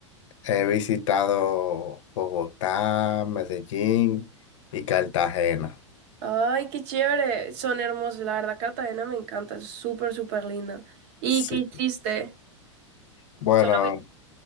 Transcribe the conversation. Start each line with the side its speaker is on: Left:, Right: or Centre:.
Left: He visitado Bogotá, Medellín y Cartagena.
Right: Ay, qué chévere. Son hermosos, la verdad, Cartagena me encanta, es súper, súper linda. ¿Y
Left: Sí.
Right: qué hiciste?
Left: Bueno,
Right: ¿Solo